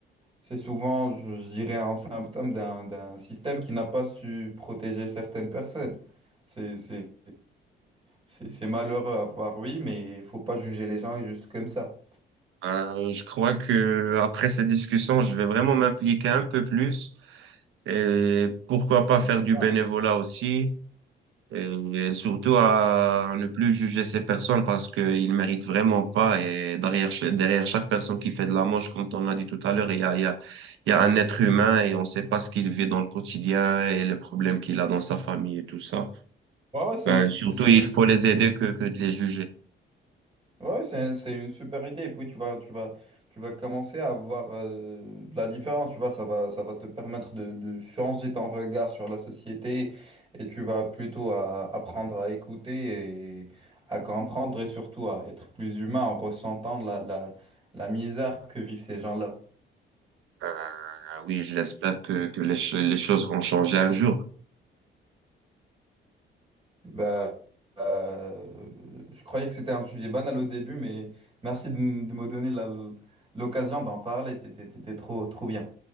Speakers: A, on the right; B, on the right.
A: C'est souvent, je je dirais, un symptôme d'un d'un système qui n'a pas su protéger certaines personnes. C'est c'est- c'est- c'est malheureux à voir, oui, mais il faut pas juger les gens juste comme ça.
B: Euh, je crois que après cette discussion, je vais vraiment m'impliquer un peu plus et pourquoi pas
A: C'est
B: faire
A: bien.
B: du bénévolat aussi et surtout à ne plus juger ces personnes parce qu'ils méritent vraiment pas et derrière, ch- derrière chaque personne qui fait de la manche, comme on a dit tout à l'heure, il y a, il y a, il y a un être humain et on ne sait pas ce qu'il vit dans le quotidien et les problèmes qu'il a dans sa famille et tout ça.
A: Ouais, ouais, c'est
B: Ben, surtout,
A: c'est
B: il
A: une super
B: faut les aider
A: idée.
B: que, que de les juger.
A: Ouais, c'est, c'est une super idée. Et puis tu vas, tu vas, tu vas commencer à voir euh, la différence. Tu vois, ça va, ça va te permettre de, de changer ton regard sur la société et tu vas plutôt à- apprendre à écouter et à comprendre et surtout à être plus humain en ressentant la, la, la misère que vivent ces gens-là.
B: Ben, oui, je l'espère que, que les, ch- les choses vont changer un jour.
A: Bah, euh, je croyais que c'était un sujet banal au début, mais merci de, m- de me donner la- l'occasion d'en parler. C'était, c'était trop, trop bien.